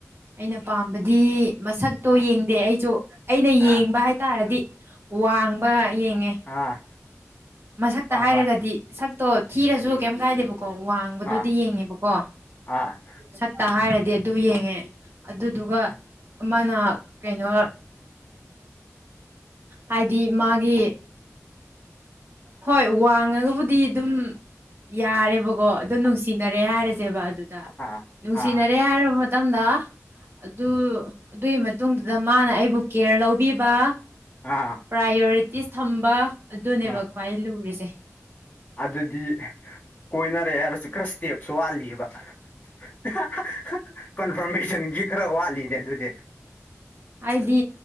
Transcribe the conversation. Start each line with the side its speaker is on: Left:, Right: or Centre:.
Right: ꯑꯩꯅ ꯄꯥꯝꯕꯗꯤ ꯃꯁꯛꯇꯣ ꯌꯦꯡꯗꯦ ꯑꯩꯁꯨ ꯑꯩꯅ
Left: ꯑꯥ
Right: ꯌꯦꯡꯕ ꯍꯥꯏꯇꯥꯔꯗꯤ ꯋꯥꯡꯕ ꯌꯦꯡꯉꯦ
Left: ꯑꯥ
Right: ꯃꯁꯛꯇ
Left: ꯋꯥꯡꯕ
Right: ꯍꯥꯏꯔꯒꯗꯤ ꯁꯛꯇꯣ ꯊꯤꯔꯁꯨ ꯀꯩꯝ ꯀꯥꯏꯗꯦꯕ ꯀꯣ ꯋꯥꯡꯕꯗꯨꯗꯤ
Left: ꯑꯥ
Right: ꯌꯦꯡꯉꯦꯕꯀꯣ
Left: ꯑꯥ
Right: ꯁꯛꯇ ꯍꯥꯏꯔ ꯗꯤ ꯑꯗꯨ ꯌꯦꯡꯉꯦ ꯑꯗꯨꯗꯨꯒ ꯑꯃꯅ ꯀꯩꯅꯣ ꯍꯥꯏꯗꯤ ꯃꯥꯒꯤ ꯍꯣꯏ ꯋꯥꯡꯉꯒꯕꯨꯗꯤ ꯑꯗꯨꯝ ꯌꯥꯔꯦꯕꯀꯣ ꯑꯗꯨ ꯅꯨꯡꯁꯤꯅꯔꯦ ꯍꯥꯏꯔꯁꯦꯕ ꯑꯗꯨꯗ
Left: ꯑꯥ
Right: ꯅꯨꯡꯁꯤꯅꯔꯦ
Left: ꯑꯥ
Right: ꯍꯥꯏꯔꯕ ꯃ ꯃꯇꯝꯗ ꯑꯗꯨ ꯑꯗꯨꯒꯤ ꯃꯇꯨꯡꯗꯨꯗ ꯃꯥꯅ ꯑꯩꯕꯨ ꯀꯦꯌꯔ ꯂꯧꯕꯤꯕ
Left: ꯑꯥ
Right: ꯄ꯭ꯔꯥꯏꯌꯣꯔꯤꯇꯤꯁ ꯊꯝꯕ ꯑꯗꯨꯅꯦꯕ
Left: ꯑꯥ
Right: ꯈ꯭ꯋꯥꯏ ꯂꯨꯔꯤꯁꯦ
Left: ꯑꯗꯨꯗꯤ ꯀꯣꯏꯅꯔꯦ ꯍꯥꯏꯔꯁꯨ ꯈꯔ ꯁ꯭ꯇꯦꯞꯁꯨ ꯋꯥꯠꯂꯤꯑꯕ ꯑꯍꯥꯍ ꯍꯥ ꯀꯟꯐꯔꯃꯦꯁꯟꯒꯤ ꯈꯔ ꯋꯥꯠꯂꯤꯅꯦ ꯑꯗꯨꯗꯤ
Right: ꯍꯥꯏꯗꯤ